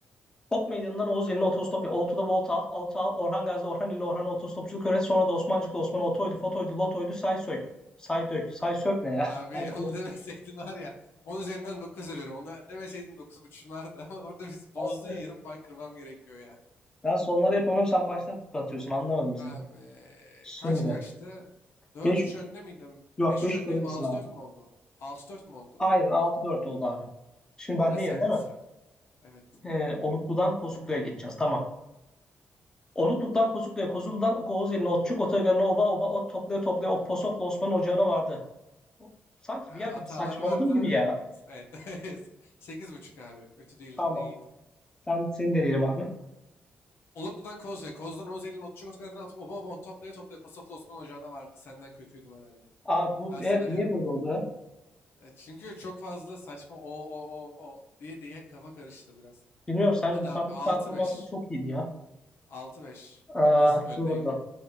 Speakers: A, on the left (about 15°); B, on the left (about 75°).
A: Ok Meydanı'ndan Oğuz Yeni'ne otostop ya. Oltu'da Volta at, Altı al, Orhan Gazi, Orhan İlli, Orhan'a otostopçuluk öğret. Sonra da Osmancıklı Osman'a otoydu, fotoydu, lotoydu, say sök. Say dök. Say sök ne ya?
B: Abi
A: <laughs> Say
B: onu
A: dök.
B: <laughs> demeseydin var ya. 10 üzerinden 9 veriyorum. Onu demeseydin 9.5'un vardı. <laughs> Ama orada biz
A: Allah.
B: bozdun ya yarım puan kırmam gerekiyor ya.
A: sonları yapamıyorum. Sen baştan atıyorsun. Anlamadım bizi.
B: Abi
A: Şimdi.
B: kaç kaçtı? Dört
A: Beş
B: üç
A: 3
B: önde miydim?
A: Yok
B: Beş
A: beş
B: üç öndeydim.
A: 3 öndesin
B: Altı
A: abi.
B: dört mü oldu? Altı dört mü oldu?
A: Aynen altı dört oldu abi. Şimdi bende
B: Yine sende
A: yeri değil mi?
B: sıra. Evet.
A: Ee, Oluklu'dan Kozuklu'ya geçeceğiz. Tamam. Oluklu'dan Kozuklu'ya, Kozuklu'dan Oğuz Oğuzeli'ne, Otçuk, Otogarı'na, Oba Oba, Ot toplaya toplaya, Of Posof'la Osman Ocağı'na vardı. Sanki
B: Ha,
A: bir yerde
B: Hatalar
A: bir saçmaladım
B: var da.
A: gibi ya.
B: Evet. evet. <laughs> Sekiz buçuk abi. Kötü değildi.
A: Tamam.
B: Yine iyiydi.
A: Sen seni deneyelim abi.
B: Oluklu'dan Koz'ya, Koz'dan Oze'nin otçuk otlarını atıp oba oba ot toplaya toplaya Pasof'la Osman Ocağı'na vardı. Senden kötüydüm herhalde.
A: Abi bu
B: Ben
A: evet
B: sana
A: niye
B: veririm
A: böyle
B: bunu.
A: oldu? ya?
B: E, çünkü çok fazla saçma o o o o diye diye kafa karıştı biraz.
A: Bilmiyorum sen
B: Hadi
A: yukarıdaki
B: abi altı
A: performansın
B: beş,
A: çok iyiydi ya.
B: altı beş
A: Aa,
B: Önde, öndeyim.
A: dur bakalım.